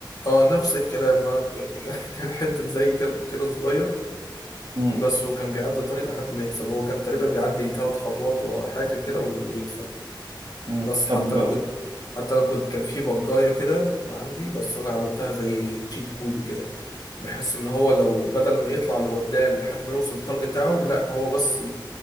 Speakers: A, on the left; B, on the right.
A: أه نفس الكلام أنا ك- <laughs> كان حتة زي كلب كده صغير
B: امم
A: بس وكان بيعدي الطريق لحد ما يكسب هو كان تقريبا بيعدي ثلاث خطوات ولا حاجة كده ويكسب
B: امم
A: بس حتى
B: طب
A: أنا كنت حتى أنا كنت كان في بجاية كده عندي بس أنا عملتها زي تشيت كود وكده بحيث إن هو لو بدل ما يطلع لقدام لحد ما يوصل للتارجت بتاعه لا هو بس